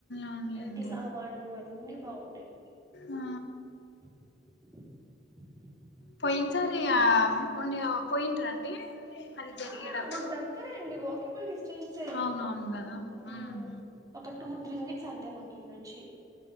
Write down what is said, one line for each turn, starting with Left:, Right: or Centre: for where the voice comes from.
Left: అవునులేండి
Right: ఇంటి సామాన్లు అన్ని బాగుంటాయి
Left: ఆ
Right: <inaudible>
Left: పోయినసారి ఆ మొన్న పోఇండ్ర అండి అది జరిగేటప్పుడు
Right: ఆ మాకు దగ్గరే అండి వాకబుల్ డిస్టెన్స్యే
Left: అవునవును కదా
Right: మ్
Left: హ్మ్
Right: మ్ ఒక టూ త్రీ మినిట్స్ అంతే మాకు ఇట్నుంచి